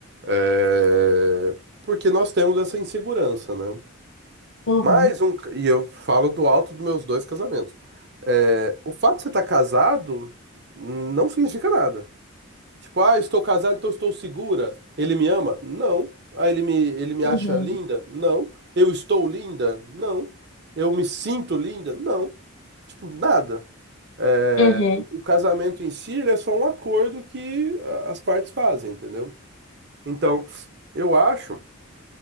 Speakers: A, on the right; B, on the left.
A: é, porque nós temos essa insegurança, né?
B: uhum,
A: Mais um. E eu falo do alto dos meus dois casamentos. É, o fato de você estar casado não significa nada. Tipo, ah, estou casado, então estou segura. Ele me ama? Não. Ah, ele me, ele me
B: uhum,
A: acha linda? Não. Eu estou linda? Não. Eu me sinto linda? Não. Tipo, nada. É,
B: uhum,
A: o o casamento em si, ele é só um acordo que ah, as partes fazem, entendeu? Então, eu acho.